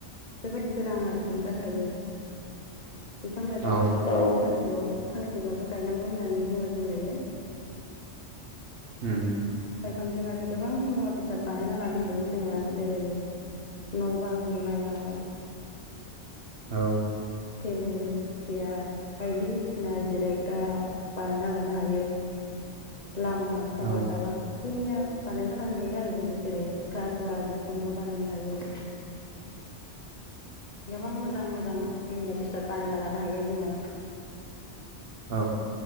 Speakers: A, on the left; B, on the right.
A: जोबोद गोनां आरो एंगार हायै। बिफां लाइफांखौ
B: औ
A: बेखौनो सानसेयाव फांसेबाबो गायनांगौ होननानै बुङो जों दायो।
B: उम
A: बिफांजों आरो गोबां मुवा बेसाद बानायना लानो हायो जोङो जेरै न' बां लुनायाव
B: औ।
A: टेबोल सियार बायदिसिना जिरायग्रा बानायना लानो हायो
B: <inaudible>
A: लामा सामा
B: औ
A: दालां मैया बानायना लानो हायो आरो जोङो जेरै सिखा रुवा बिखुंबो बानायनो हायो गोबां मोजां मोजां बेसाद बानायना लानो हायो जोङो
B: औ।